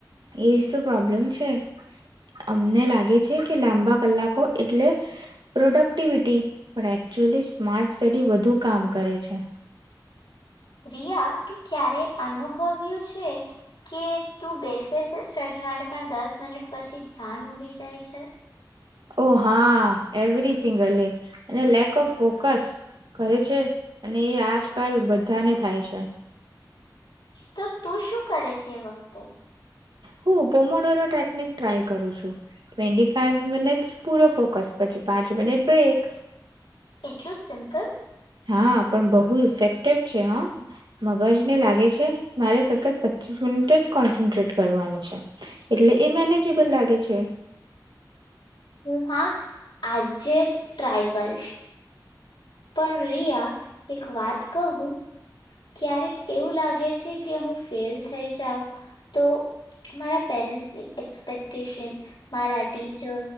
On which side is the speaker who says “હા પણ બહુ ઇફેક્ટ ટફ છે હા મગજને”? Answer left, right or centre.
Right